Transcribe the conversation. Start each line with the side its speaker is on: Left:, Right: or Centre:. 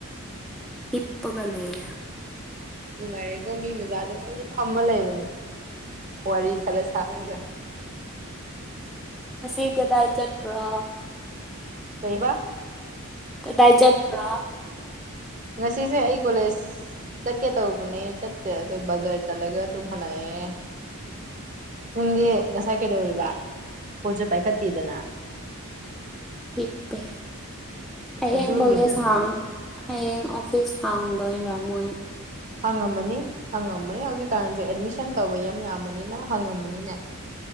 Centre: ꯍꯤꯞꯄꯒ ꯂꯩ
Right: ꯅꯨꯡꯉꯥꯏꯔꯦꯀꯣ ꯃꯤ ꯃꯆꯥꯥꯅꯦ ꯑꯩꯁꯨ ꯐꯝꯃ ꯂꯩꯕꯅꯦ ꯋꯥꯔꯤ ꯈꯔ ꯁꯥꯔꯒ
Centre: ꯑꯁꯤ ꯀꯗꯥꯢ ꯆꯠꯄꯔ
Right: ꯀꯩꯕ
Centre: ꯀꯗꯥꯢ ꯆꯠꯄ꯭ꯔ
Right: ꯉꯁꯤꯁꯦ ꯑꯩ ꯀꯣꯂꯦꯖ ꯆꯠꯀꯦ ꯇꯧꯕꯅꯦ ꯆꯠꯇ꯭ꯔꯦ ꯑꯗꯣ ꯕꯖꯔ ꯆꯠꯂꯒ ꯑꯗꯨꯝ ꯍꯜꯂꯛꯑꯦ ꯅꯪꯗꯤ ꯉꯁꯥꯏ ꯀꯩꯗꯧꯔꯤꯕ ꯐꯣꯟꯁꯨ ꯄꯥꯏꯈꯠꯇꯦꯗꯅ <inaudible>
Centre: ꯍꯤꯞꯄꯦ ꯍꯌꯦꯡ
Right: ꯑꯗꯨꯒꯤꯅꯤꯅꯦ
Centre: ꯀꯣꯂꯦꯖ ꯍꯥꯡ꯫ ꯍꯌꯦꯡ ꯑꯣꯐꯤꯁ ꯍꯥꯡꯗꯣꯏꯔꯝꯃꯣꯏ
Right: ꯍꯪꯉꯝꯃꯅꯤ ꯍꯪꯉꯝꯃꯅꯤ ꯍꯧꯖꯤꯛꯀꯥꯟꯁꯦ ꯑꯦꯗꯃꯤꯁꯟ ꯇꯧꯕ ꯌꯥꯝ ꯌꯥꯝꯕꯅꯤꯅ ꯍꯪꯉꯝꯃꯅꯤꯅꯦ